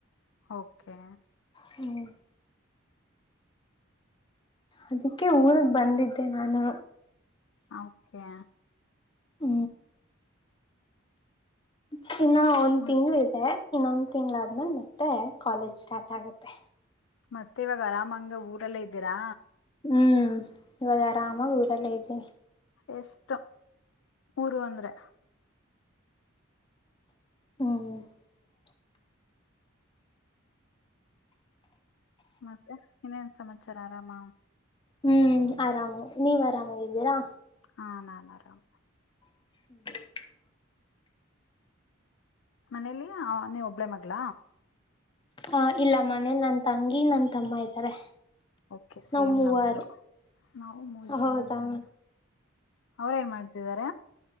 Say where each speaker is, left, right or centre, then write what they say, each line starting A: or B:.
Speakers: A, on the left (about 65°); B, on the left (about 25°).
A: ಓಕೆ
B: ಹ್ಮ್ ಅದಕ್ಕೆ ಊರ್ಗ್ ಬಂದಿದ್ದೆ ನಾನು
A: ಓಕೆ
B: ಹ ಚನ್ನ ಒಂದ್
A: ಹ್ಮ
B: ತಿಂಗಳ ಇದೆ ಇನ್ನೊಂದ್ ತಿಂಗಗಳ ಆದ್ಮೇಲೆ ಮತ್ತೆ ಕಾಲೇಜ್ ಸ್ಟಾರ್ಟ್ ಆಗತ್ತೆ
A: ಮತ್ತೆ ಇವಾಗ ಆರಾಮಂಗ ಊರೆಲ್ಲ ಇದ್ದೀರಾ
B: ಹ್ಮ್ ವಗರ ಆಮ ಬಊರ ಲಜೆ
A: ಎಷ್ಟು ಊರು ಅಂದ್ರೆ
B: ಹ್ಮ
A: ಮತ್ತೆ ಇನ್ನೇನ್ ಸಮಾಚಾರ ಆರಾಮ
B: ಹ್ಮ್ ಆರಾಮ್ ನೀವ್ ಆರಾಮಾಗಿದ್ದೀರಾ
A: ಹಾ ನಾನರಾಮ
B: <inaudible>
A: ಮನೇಲಿ ಆ ನೀವ್ ಒಬ್ಬಳೇ ಮಗ್ಗಳ
B: ಹ ಇಲ್ಲ ಮನೇಲಿ ನನ್ ತಂಗಿ ನನ್ ತಮ್ಮ ಇದ್ದಾರೆ
A: ಕೆ ಸೇಮ್
B: ನಾವ್ ಮೂವರು
A: ನಮ್ದು ನಾವು ಮೂರ್
B: ಹೌದಾ
A: ಮೂರ್ ಜನ ಅವ್ರೇನ್ ಮಾಡ್ತಿದಾರ